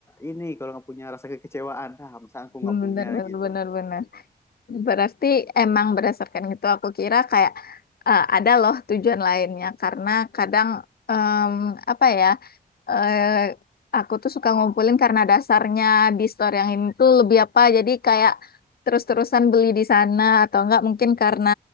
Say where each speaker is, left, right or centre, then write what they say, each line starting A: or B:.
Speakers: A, on the left; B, on the left.
A: ini kalau nggak punya rasa kekecewaan ah masa aku nggak punya
B: Benar, benar,
A: gitu
B: benar, benar. Berarti emang berdasarkan itu aku kira kayak eh, ada loh tujuan lainnya karena kadang em, apa ya eh, aku tuh suka ngumpulin karena dasarnya di store yang ini tuh lebih apa jadi kayak terus-terusan beli di sana atau enggak mungkin karena